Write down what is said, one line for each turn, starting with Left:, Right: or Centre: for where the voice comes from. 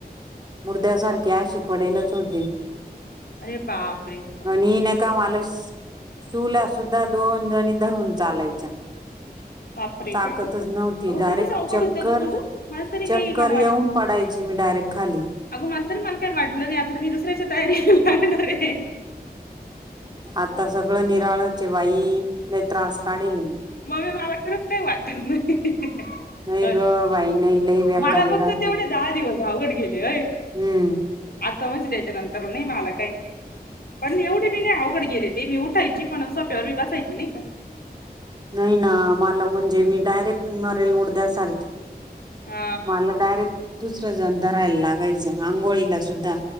Right: मुर्द्यासारखे अशी पडेलच होते मी.
Left: अरे बापरे!
Right: आणि नाही कानका मला चुल्या सुद्धा दोन जणी धरून चालायच्या.
Left: बापरे
Right: ताकतच
Left: खूपच
Right: नव्हती
Left: अगं
Right: डायरेक्ट
Left: खूपच अवघड
Right: चक्कर.
Left: होतं गं तुझं. मला तरी
Right: चक्कर
Left: काही <unintelligible>
Right: येऊन पडायची मी डायरेक्ट खाली
Left: अगं माझं तरी मला काही वाटलं नाही, आता मी दुसऱ्याच्या तयारी लागणार आहे.
Right: आता सगळं निराळचे बाईऽ! लय त्रास काढेलय मी.
Left: मामी मला खरंच काही वाटत नाही.
Right: नाही
Left: ओय,,
Right: ग बाई नाही लई बेकारी
Left: मला फक्त
Right: राहते
Left: तेवढे दहा दिवस अवघड गेले अय.
Right: हम्म
Left: आता म्हणजे त्याच्या नंतर नाही मला काही पण एवढे बि नाही अवघड गेले ते,, मी उठायची पण, सोप्यावर मी बसायची नाही का?
Right: नाही ना, मला म्हणजे मी डायरेक्ट मरेल मुरद्या सारखी.
Left: हाच
Right: मला डायरेक्ट दुसरं जण धरायला लागायचं, आंघोळीला सुद्धा.